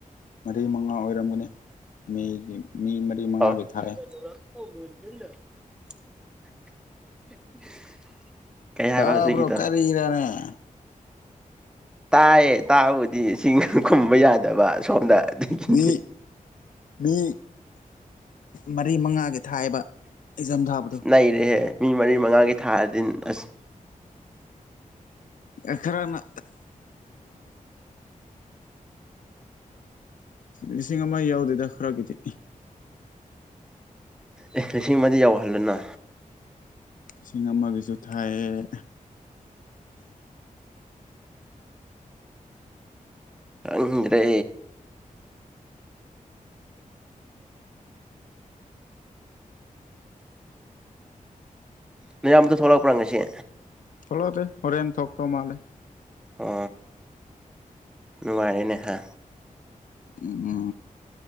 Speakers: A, on the left; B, in the centre.
A: ꯃꯔꯤ ꯃꯉꯥ ꯑꯣꯏꯔꯝꯒꯅꯤ ꯃꯦꯒꯤ ꯃꯤ ꯃꯔꯤ ꯃꯉꯥꯒꯤ
B: ꯑ
A: ꯊꯥꯏ
B: <unintelligible> <unintelligible> ꯍꯥꯏꯕ
A: ꯇꯥꯕ꯭ꯔꯣ
B: ꯍꯧꯖꯤꯛꯀꯤꯗꯣ
A: ꯀꯔꯤꯔꯅꯦꯦ
B: ꯇꯥꯏꯌꯦ ꯇꯥꯕꯕꯨꯗꯤ ꯁꯤꯅ ꯈꯨꯝꯕ ꯌꯥꯗꯕ ꯁꯣꯝꯗ ꯑꯗꯨꯒꯤꯅꯤ
A: ꯃꯤ ꯃꯤ ꯃꯔꯤ ꯃꯉꯥꯒꯤ ꯊꯥꯏꯕ ꯑꯦꯛꯖꯥꯝ ꯊꯥꯕꯗꯨꯣ
B: ꯅꯩꯔꯦꯍꯦ ꯃꯤ ꯃꯔꯤ ꯃꯉꯥꯒꯤ ꯊꯥꯗꯤ ꯑꯁ
A: ꯑꯈꯔꯅ ꯂꯤꯁꯤꯡ ꯑꯃ ꯌꯥꯎꯗꯣꯏꯗ ꯈꯔꯒꯤꯗꯤ
B: ꯑꯦ ꯂꯤꯁꯤꯡ ꯑꯃꯗꯤ ꯌꯧꯍꯜꯂꯅ
A: ꯏꯁꯤꯡ ꯑꯃꯒꯤꯁꯨ ꯊꯥꯏꯑ
B: ꯑꯗ꯭ꯔꯦ ꯃꯌꯥꯝꯗ ꯊꯣꯛꯂꯛꯄ꯭ꯔꯥ ꯉꯁꯦ
A: ꯊꯣꯛꯂꯣꯗ ꯍꯣꯔꯦꯟꯦꯟ ꯊꯣꯛꯣꯛ ꯇꯧ ꯃꯥꯂꯦ
B: ꯑ ꯅꯨꯡꯥꯏꯅꯦꯍ
A: ꯎ